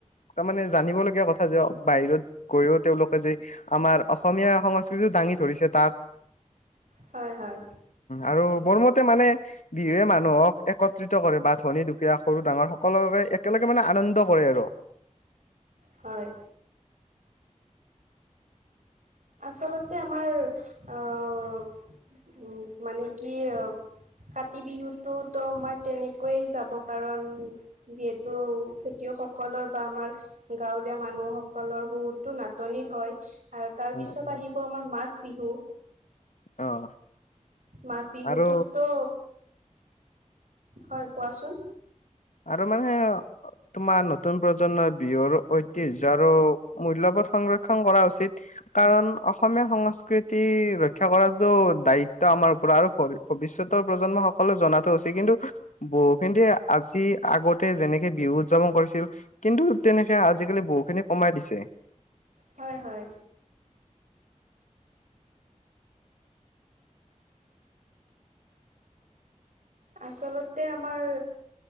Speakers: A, on the left (about 75°); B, on the right (about 80°).
A: তাৰমানে জানিবলগীয়া কথা যে বাহিৰত গৈও তেওঁলোকে যে আমাৰ অসমীয়া সংস্কৃতি দাঙি ধৰিছে তাত <inaudible>
B: হয় - হয়
A: আৰু মোৰ মতে মানে বিহুৱে মানুহক একত্ৰিত <unintelligible> কৰে বা ধনী দুখীয়া সৰু ডাঙৰ সকলোৱে একেলগে মানে আনন্দ কৰে আৰু।
B: হয়। আচলতে আমাৰ, আহ উ মানে কি কাতি বিহুতোতো আমাৰ তেনেকয়ে যাব কাৰণ যিহেতু খেতিয় সকলৰ বা আমাৰ গাঁৱলীয়া মানুহসকলৰ বহুতো নাটনি হয়। তাৰ
A: উম
B: পিছত
A: উম।
B: আহিব আমাৰ মাঘ বিহু
A: অ'।
B: মাঘবিহুতোটো
A: আৰু
B: হয় কোৱাচোন।
A: ত মানে তোমাৰ নতুন প্ৰজন্মই বিহুৰ ঐতিহ্য আৰু মূল্যবোধ সংৰক্ষন কৰা উচিত। কাৰণ অসমীয়া সংস্কৃতি ৰক্ষা কৰাটো দায়িত্ব আমাৰ ওপৰত আৰু বিশ্বতৰ প্ৰজন্ম সকলোৱো জনাতো কিন্তু বহুখিনিয়ে আজি আগতে যেনেকে বিহু উদযাপন কৰিছিল কিন্তু তেনেকে আজিকালি বহুখিনি কমাই দিছে।
B: হয় হয়। আচলতে আমাৰ